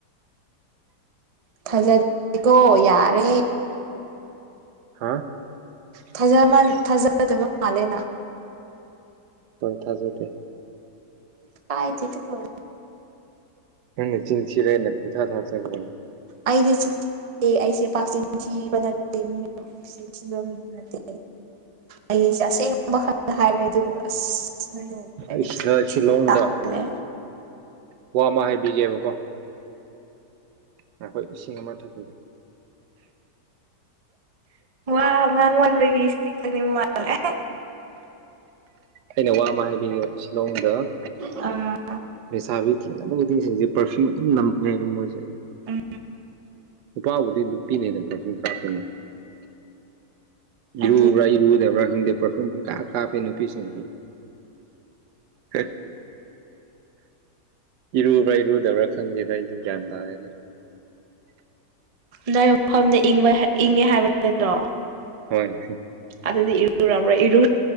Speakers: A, on the right; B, on the right.
A: ꯊꯥꯖꯗꯦꯀꯣ ꯌꯥꯔꯦ
B: ꯍꯥ
A: ꯊꯥꯖ ꯃꯟ ꯊꯥꯖꯗꯕ ꯃꯥꯜꯂꯦ ꯅꯪ
B: ꯁꯨꯡ ꯊꯥ ꯊꯥꯖꯗꯦ
A: ꯆꯥꯏꯗꯦ ꯄꯥꯔꯐ꯭ꯌꯨꯝꯒ
B: ꯅꯪꯅ ꯆꯤꯟꯊꯤꯔ ꯑꯩꯅ ꯄꯨꯡ ꯊꯥ ꯊꯥꯖꯒꯗꯔꯣ
A: ꯑꯩꯁꯦ ꯆꯤꯟ ꯑꯩꯁꯦ ꯄꯥꯛ ꯆꯤꯟ ꯊꯤꯕ ꯅꯠꯇꯦ ꯃꯤꯕ ꯃꯤ ꯅꯠꯇꯦ ꯑꯩꯁꯦ ꯑꯁꯦꯡꯕ ꯈꯛꯇ ꯍꯥꯏꯕꯅꯦ ꯑꯗꯨꯕꯨ ꯑꯁ ꯎꯝ ꯑꯩꯕꯨ
B: ꯑꯩ ꯁꯤꯗ
A: ꯆꯤꯟ ꯊꯤꯕ
B: ꯁꯤꯂꯣꯡꯗ
A: ꯇꯥꯍꯜꯂꯦ
B: ꯋꯥ ꯑꯃ ꯍꯥꯏꯕꯤꯒꯦꯕꯀꯣ ꯉꯥꯏꯈꯣ ꯏꯁꯤꯡ ꯑꯃ ꯊꯛꯈꯤꯒꯦ
A: ꯋꯥ ꯑ ꯉꯥꯡ ꯋꯥꯟꯕꯒꯤ ꯁꯤ ꯈꯪꯅꯤꯡꯕ ꯃꯥꯜꯂꯦ
B: ꯑꯩꯅ ꯋꯥ ꯑꯃ ꯍꯥꯏꯕꯤꯉ ꯁꯤꯂꯣꯡꯗ
A: ꯑ
B: ꯂꯩꯁꯥꯕꯤ ꯊꯦꯡꯅꯕ ꯈꯨꯗꯤꯡꯁꯤꯡꯁꯦ ꯄꯥꯔꯐ꯭ꯌꯨꯝ ꯑꯗꯨꯝ ꯅꯝꯃꯦꯕ ꯃꯣꯏꯁꯦ
A: ꯎꯝ
B: ꯅꯨꯄꯥꯕꯨꯗꯤ ꯅꯨꯄꯤꯅ ꯍꯦꯟꯅ ꯄ꯭ꯔꯣꯁꯨꯝ ꯀꯥꯞꯄꯅꯤ ꯏꯔꯨꯕ꯭ꯔꯥ
A: ꯑꯗꯨ
B: ꯏꯔꯨꯗꯕ꯭ꯔꯥ ꯈꯪꯗꯦ ꯄꯔꯐ꯭ꯌꯨꯝ ꯄꯨꯡ ꯀꯥꯞ ꯀꯥꯞꯄꯦ ꯅꯨꯄꯤꯁꯤꯡ ꯍ ꯏꯔꯨꯕ꯭ꯔꯥ ꯏꯔꯨꯗꯕ꯭ꯔꯥ ꯈꯪꯗꯦꯗ ꯑꯩꯗꯤ ꯒ꯭ꯌꯥꯟ ꯇꯥꯔꯦꯅ
A: ꯅ ꯃꯐꯝꯗ ꯏꯪꯕ ꯏꯪꯉꯦ ꯍꯥꯏꯕ ꯅꯠꯇ꯭ꯔꯣ
B: ꯍꯣꯏ
A: ꯑꯗꯨꯗꯤ ꯏꯔꯨꯔꯣꯏ ꯏꯔ